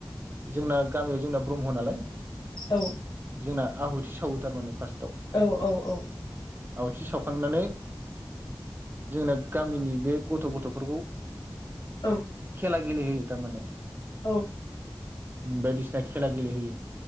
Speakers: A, on the right; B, on the left.
A: जोंना गामियाव जोंना ब्रह्म नालाय
B: औ
A: जोंना आहुथि औ थारमाने फार्स्टआव
B: औ औ औ
A: आवथि सावखांनानै जोंना गामिनि बे गथ गथफोरखौ
B: औ
A: खेला गेले होयो थारमाने
B: औ
A: बायदिसिना खेला गेलेहोयो